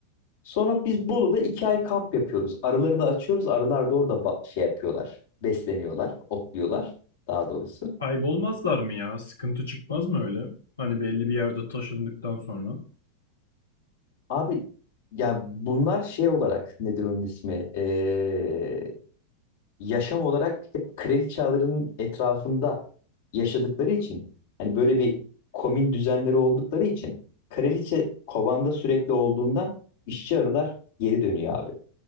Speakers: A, on the left (about 55°); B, on the left (about 75°).
A: Sonra biz Bolu'da iki ay kamp yapıyoruz. Arıları da açıyoruz. Arılar da orada ba- şey yapıyorlar. Besleniyorlar, otluyorlar daha doğrusu.
B: Kaybolmazlar mı ya? Sıkıntı çıkmaz mı öyle? Hani belli bir yerde taşındıktan sonra.
A: Abi ya bunlar şey olarak nedir onun ismi? Ee, yaşam olarak hep kraliçelerin etrafında yaşadıkları için hani böyle bir komün düzenleri oldukları için kraliçe kovanda sürekli olduğundan işçi arılar geri dönüyor abi.